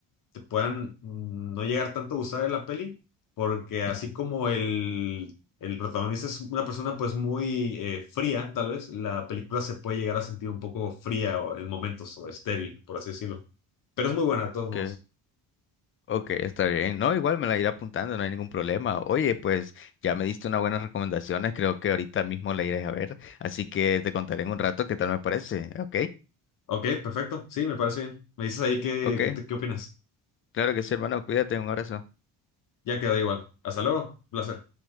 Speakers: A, on the left; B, on the left.
A: te puedan mm, no llegar tanto a gustar de la peli, porque así
B: ujú.
A: como el, el protagonista es una persona pues muy eh, fría, tal vez la película se puede llegar a sentir un poco fría o- en momentos o estéril, por así decirlo. Pero es muy buena
B: Ok,
A: de todos modos.
B: ok, está bien. No, igual me la iré apuntando, no hay ningún problema. Oye, pues ya me diste unas buenas recomendaciones, creo que ahorita mismo la iré a ver. Así que te contaré en un rato qué tal me parece. Ok,
A: Ok, perfecto. Sí, me parece bien. Me dices ahí qué,
B: ok.
A: qué, qué opinas.
B: Claro que sí, hermano, cuídate, un abrazo.
A: Ya quedó igual. Hasta luego. Un Placer.